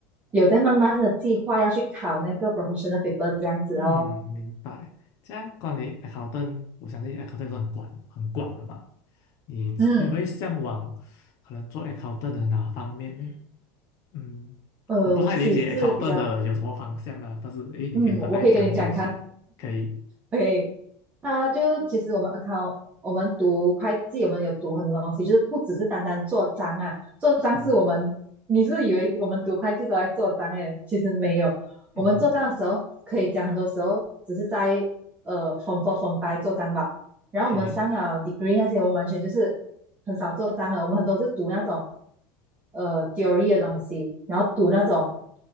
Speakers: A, on the right; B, on the left.
A: 有在慢慢的计划要去考那个 professional paper 这样子哦，
B: 嗯，明白。这样关于 accountant，我相信 accountant 是很广很广的嘛。你你会向往
A: 嗯。
B: 可能做 a c c o u n t 的哪方面呢？嗯，
A: 呃，
B: 我不太理解
A: 我自己是比较
B: a c c o u n t 的有什么方向啦，但是诶，你可以大概讲解一下，
A: 嗯，我可以跟你讲，你看
B: 可以。
A: ，OK，啊，就其实我们 account，我们读会计，我们有读很多东西，就是不只是单单做账啊，做账是我们，
B: 嗯
A: 你是以为我们读会计都在做账诶，其实没有，我们做账的时候可以讲很多时候只是在呃
B: 嗯哼
A: form four form five 做账吧，然后我们上了
B: ，OK，
A: degree 那些，我们完全就是很少做账啊。我们很多是读那种呃 theory 的东西，然后读那种